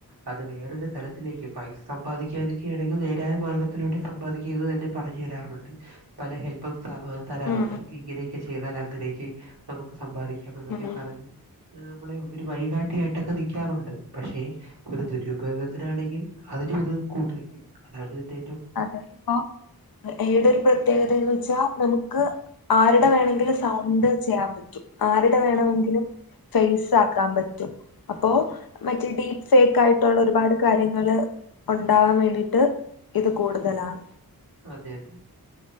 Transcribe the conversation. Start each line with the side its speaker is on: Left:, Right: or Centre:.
Right: അത് വേറൊരു തരത്തിലേക്ക് പൈസ സമ്പാദിക്കാനൊക്കെ ആണെങ്കിൽ നേരായ മാർഗ്ഗത്തിലൂടെ സമ്പാദിക്കുകയെന്ന് തന്നെ പറഞ്ഞു തരാറുണ്ട് പല ഹെല്പും <unintelligible> തരാറുണ്ട്
Left: ഉം
Right: ഇങ്ങനെ ചെയ്താലൊക്കെ അങ്ങനൊയൊക്കെ നമുക്ക് സമ്പാദിക പ്പന്തക്കെ
Left: ഉം
Right: പറഞ്ഞ നമ്മളെ ഒരു വഴികാട്ടിയായിട്ടൊക്കെ നൽക്കാറുണ്ട് പക്ഷെ ഒരു ദുരുപയോഗത്തിനാണെങ്കിൽ അതിനും ഇത് കൂട്ട്നിൽക്കും അതാണ്തിന്റെ
Left: അത്പ്പോ എതൊരു പ്രത്യേകതന്ന് വെച്ചാ നമുക്ക് ആരുടെ വേണമെങ്കും സൗണ്ട് ചെയ്യാൻ പറ്റും ആരുടെ വേണമെങ്കിലും ഫേസ് ആക്കാൻ പറ്റും അപ്പോ മറ്റേ ഡീപ്പ് ഫേക്ക് ആയിട്ടുള്ള ഒരുപാട് കാര്യങ്ങള് ഉണ്ടാവാൻ വേണ്ടിട്ട് ഇത് കൂടുതലാണ്
Right: അതെ അതെ